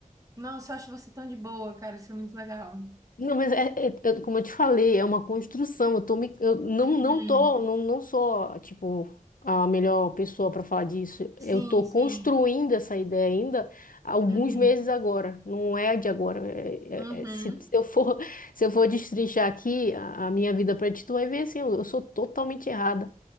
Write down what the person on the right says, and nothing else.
Nossa, eu acho você tão de boa, cara. Isso é muito legal.
Uhum.
Sim,
sim.
Uhum.
Uhum.